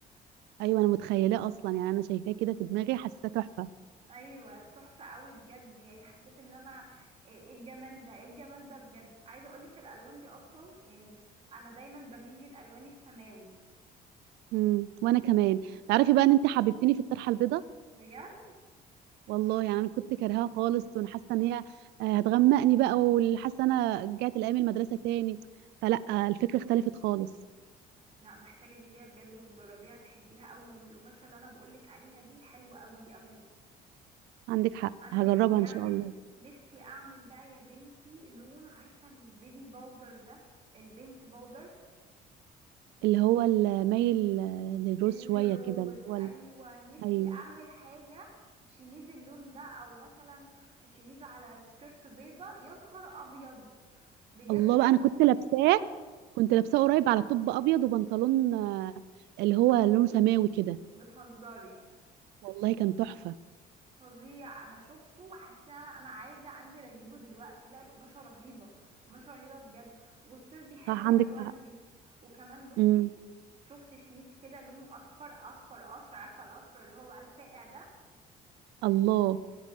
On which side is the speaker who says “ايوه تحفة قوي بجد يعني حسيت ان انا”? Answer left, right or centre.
Right